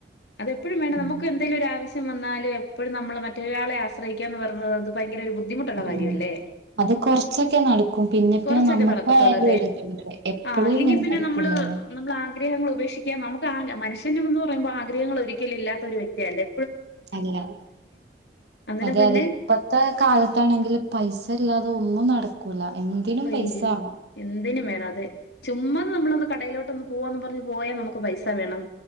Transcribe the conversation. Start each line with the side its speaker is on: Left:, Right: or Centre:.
Left: അതെപ്പഴും വേണ്ട,
Right: ഉം
Left: നമുക്ക് എന്തേലും ഒരാവിശ്യം വന്നാല് എപ്പഴും നമ്മള് മറ്റൊരാളെ ആശ്രയിക്യാ എന്ന് പറയുന്നത് അത് ഭയങ്കര ഒരു ബു ദ്ധിമുട്ടുള്ള കാര്യവല്ലേ,
Right: ഉം അത് കൊറച്ചൊക്കെ നടക്കും പിന്നെ
Left: കൊറച്ചൊക്കെ
Right: പിന്നെ നമ്മക്കായാലും
Left: നടക്കത്തൊള്ളൂ അതെ,
Right: ഒരിതുണ്ട് എപ്പളും
Left: ആഹ് ഇല്ലെങ്കി
Right: ഇങ്ങനെ
Left: പിന്നെ
Right: നടക്കൂലല്ലോ
Left: നമ്മള് നമ്മളാഗ്രഹങ്ങള് ഉപേക്ഷിക്കാം നമുക്ക് ആഗ്രഹ മനുഷ പിന്നെമെന്ന് പറയുമ്പോ ആഗ്രഹങ്ങളൊരിക്കലും ഇല്ലാത്ത ഒരു വ്യക്തിയല്ലേ
Right: അല്ല,
Left: അന്നേരം
Right: അതെ
Left: പിന്നെ
Right: അതെ ഇപ്പത്തെ കാലത്താണെങ്കില് പൈസല്ലാതെ ഒ ഒന്നും നടക്കൂല. എന്തിനും
Left: അയ്യോ,
Right: പൈസ വേണം.
Left: എന്തിനും വേണം അതെ ചുമ്മാ നമ്മളൊന്ന് കടയിലോട്ട് ട്ടൊന്ന് പോവാണെന്നും പറഞ്ഞ് പോയാ നമുക്ക് പൈസ വേണം.